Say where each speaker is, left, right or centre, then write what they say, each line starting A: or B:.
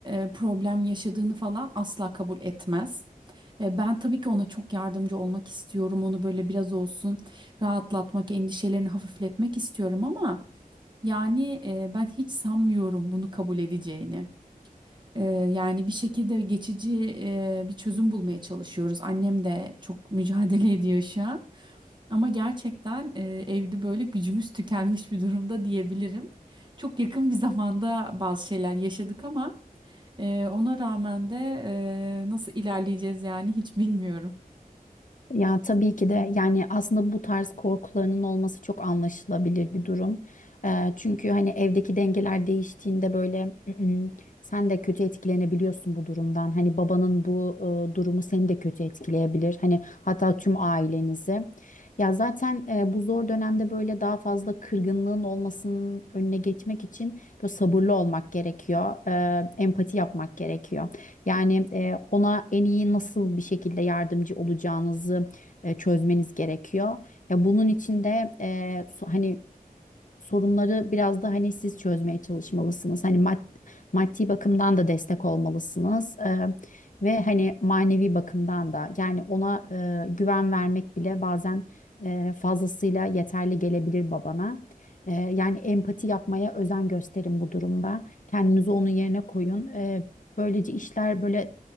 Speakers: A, on the right (about 30°); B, on the left (about 60°).
A: e, problem yaşadığını falan asla kabul etmez. E, Ben tabii ki ona çok yardımcı olmak istiyorum. Onu böyle biraz olsun rahatlatmak, endişelerini hafifletmek istiyorum ama yani e, ben hiç sanmıyorum bunu kabul edeceğini. Ee, yani bir şekilde geçici e, bir çözüm bulmaya çalışıyoruz. Annem de çok mücadele ediyor şu an. Ama gerçekten e, evde böyle gücümüz tükenmiş bir durumda diyebilirim. Çok yakın bir zamanda bazı şeyler yaşadık ama e, ona rağmen de e, nasıl ilerleyeceğiz yani hiç bilmiyorum.
B: Ya tabii ki de yani aslında bu tarz korkularının olması çok anlaşılabilir bir durum. Eee, çünkü hani evdeki dengeler değiştiğinde böyle "Mm, sen de kötü etkilenebiliyorsun bu durumdan. Hani babanın bu e, durumu seni de kötü etkileyebilir. Hani hatta tüm ailenizi. Ya zaten e, bu zor dönemde böyle daha fazla kırgınlığın olmasının önüne geçmek için böyle sabırlı olmak gerekiyor. Eee, empati yapmak gerekiyor. Yani e, ona en iyi nasıl bir şekilde yardımcı olacağınızı e, çözmeniz gerekiyor. Ya bunun için de e, so- hani sorunları biraz da hani siz çözmeye çalışmalısınız. Hani mad maddi bakımdan da destek olmalısınız. E, ve hani manevi bakımdan da yani ona e, güven vermek bile bazen e, fazlasıyla yeterli gelebilir babana. E, yani empati yapmaya özen gösterin bu durumda. Kendinizi onun yerine koyun. E, böylece işler böyle